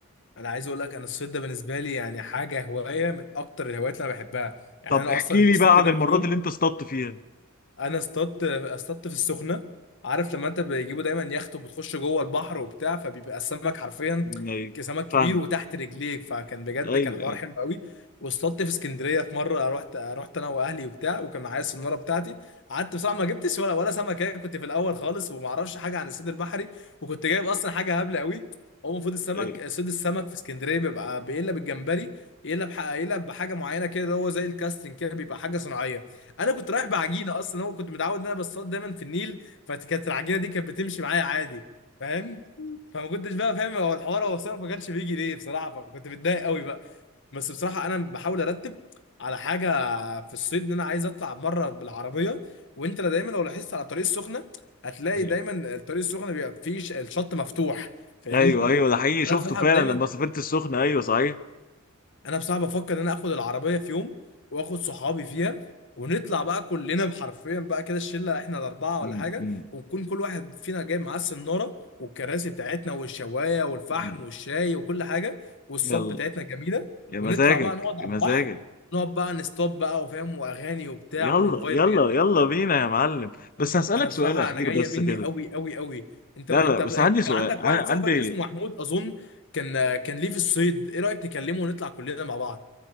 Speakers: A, on the left (about 60°); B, on the left (about 40°).
A: انا عايز اقول لك انا الصيد ده بالنسبه لي يعني حاجه هوايه من اكتر الهوايات اللي انا بحبها يعني
B: طب
A: انا
B: احكي
A: اصلا نفسي
B: لي بقى
A: كده
B: عن المرات
A: في يوم
B: اللي انت اصطدت فيها
A: انا اصطدت اصطدت في السخنه عارف لما انت بيجيبوا دايما يخت وبتخش جوه البحر وبتاع فبيبقى السمك حرفيا
B: ايوه
A: سمك كبير
B: فاهمك
A: وتحت رجليك فكان بجد
B: ايوه
A: كان حوار
B: ايوه
A: حلو قوي واصطدت في اسكندريه في مره رحت رحت انا واهلي وبتاع وكان معايا السناره بتاعتي قعدت بصراحه ما جبتش ولا ولا سمكه كنت في الاول خالص وما اعرفش حاجه عن الصيد البحري وكنت جايب اصلا حاجه هبله قوي هو المفروض السمك
B: <laughs> ايوه
A: صيد السمك في اسكندريه بيبقى بيقلب الجمبري يقلب بح- يقلب بحاجه معينه كده هو زي الكاستنج كده بيبقى حاجه صناعيه انا كنت رايح بعجينه اصلا هو كنت متعود ان انا بصطاد دايما في النيل فكانت العجينه دي كانت بتمشي معايا عادي فاهم فما كنتش بقى فاهم هو الحوار هو السمك ما كانش بيجي ليه بصراحه فكنت متضايق قوي بقى بس بصراحه انا بحاول ارتب على حاجه في الصيد ان انا عايز اطلع مره بالعربيه وانت لا دايما لو لاحظت على الطريق السخنه هتلاقي
B: ايوه
A: دايما الطريق السخنه بيبقى فيه ش- الشط مفتوح فاهمني
B: ايوه ايوه ده حقيقي شفته
A: انا بصراحه
B: فعلا
A: دايما
B: لما سافرت السخنه ايوه صحيح
A: انا بصراحه بفكر ان انا اخد العربيه في يوم واخد صحابي فيها ونطلع بقى كلنا حرفيا بقى كده الشله احنا الاربعه
B: أمم،
A: ولا حاجه
B: أمم،
A: ونكون كل واحد فينا جايب معاه السناره والكراسي بتاعتنا والشوايه والفحم
B: أمم.
A: والشاي وكل حاجه والصب
B: يلا
A: بتاعتنا جميله
B: يا
A: ونطلع
B: مزاجك
A: بقى نقعد
B: يا
A: على
B: مزاجك
A: البحر نقعد بقى نستوب بقى وفاهم واغاني وبتاع
B: يلا
A: ونفايب
B: يلا
A: بجد
B: يلا بينا يا معلم بس هسألك
A: انا بصراحه
B: سؤال اخير
A: انا جايه
B: بس
A: مني
B: كده
A: قوي قوي قوي انت
B: لا
A: انت
B: لا بس
A: انت
B: عندي سؤال
A: كان عندك واحد
B: ع-
A: صاحبك
B: عندي
A: اسمه محمود اظن كان كان ليه في الصيد ايه رايك نكلمه ونطلع كلنا مع بعض